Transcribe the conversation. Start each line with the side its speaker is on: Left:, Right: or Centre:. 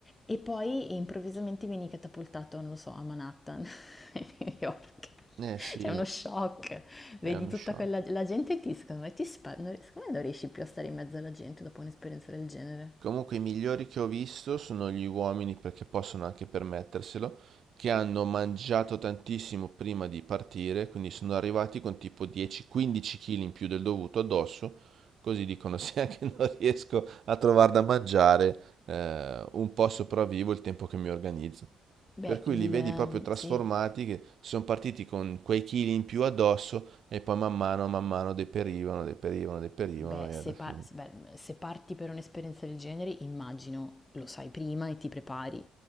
Left: e poi improvvisamente vieni catapultato, non lo so, a Manhattan, <laughs> a New York.
Right: Eh
Left: C'è
Right: sì,
Left: uno shock, vedi
Right: è uno
Left: tutta
Right: shock.
Left: quella la gente e ti, secondo me, ti spa- non- secondo me non riesci più a stare in mezzo alla gente dopo un'esperienza del genere.
Right: Comunque i migliori che ho visto sono gli uomini perché possono anche permetterselo, che hanno mangiato tantissimo prima di partire, quindi sono arrivati con tipo 10-15 kg in più del dovuto addosso, così dicono <laughs> se anche non riesco a trovare da mangiare, eh, un po' sopravvivo il tempo che mi organizzo.
Left: Beh,
Right: Per cui
Left: il...
Right: li vedi
Left: ehm,
Right: proprio trasformati,
Left: sì,
Right: che sono partiti con quei chili in più addosso e poi man mano, man mano deperivano, deperivano, deperivano
Left: Beh,
Right: e
Left: se,
Right: alla fine.
Left: par- se- beh, se parti per un'esperienza del genere, immagino lo sai prima e ti prepari.